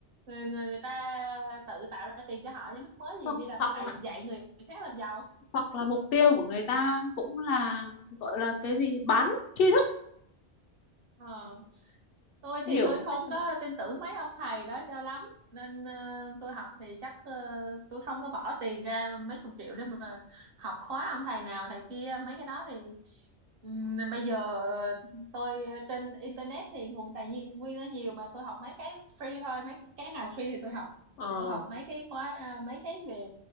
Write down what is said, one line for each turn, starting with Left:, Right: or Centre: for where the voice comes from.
Right: người người, người ta tự tạo ra tiền cho họ đi mắc mớ gì
Left: hoặc
Right: đi làm
Left: hoặc
Right: thầy đi dạy người khác làm giàu
Left: hoặc là mục tiêu của người ta cũng là gọi là cái gì bán tri thức
Right: ờ tôi
Left: hiểu
Right: thì tôi
Left: một
Right: không
Left: cách
Right: có tin tưởng mấy ông thầy đó cho lắm nên ờ, tôi học thì chắc ờ, tôi không có bỏ tiền ra mấy chục triệu để mà học khóa ông thầy nào thầy kia mấy cái đó thì ừm, bây giờ ờ, tôi ờ, trên internet thì nguồn tài nhi- nguyên nó nhiều mà tôi học mấy cái free thôi mấy cái cái nào free thì tôi học
Left: ờ
Right: thì tôi học mấy cái khóa ờ, mấy cái về